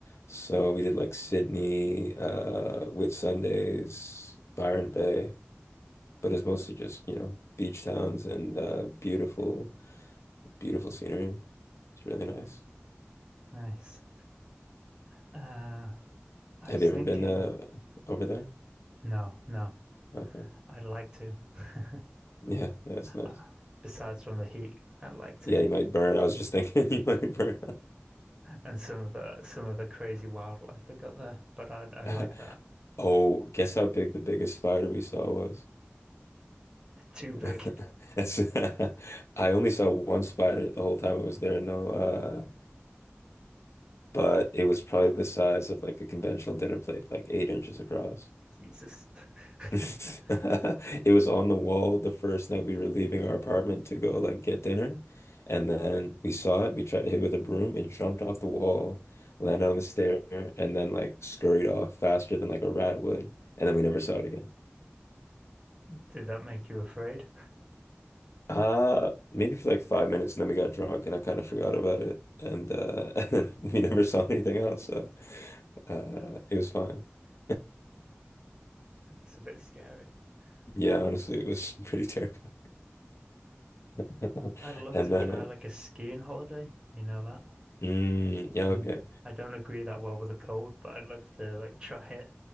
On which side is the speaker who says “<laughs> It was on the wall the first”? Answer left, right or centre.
Left